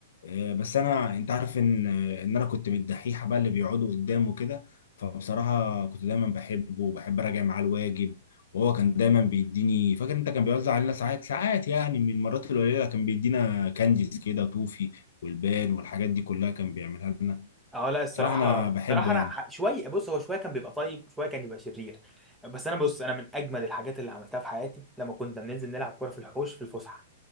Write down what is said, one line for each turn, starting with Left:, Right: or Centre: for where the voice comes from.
Left: آه، بس أنا أنت عارف إن آه، إن أنا كنت من الدحيحة بقى اللي بيقعدوا قدامه كده فبصراحة كنت دايما بحبه وبحب أراجع معاه الواجب وهو كان دايما بيديني فاكر انت كان بيوزع علينا ساعات ساعات يعني من المرات القليله كان بيدينا كانديز كده توفي والبان والحاجات دي كلها كان بيعملها لنا
Centre: اه لا الصراحة
Left: بصراحة أنا بحبه
Centre: الصراحة انا
Left: يعني
Centre: ح- شوية بص هو شوية كان بيبقى طيب وشوية كان يبقى شرير بس انا بص انا من اجمد الحاجات اللي عملتها في حياتي لما كنا بننزل نلعب كورة في الحوش في الفسحة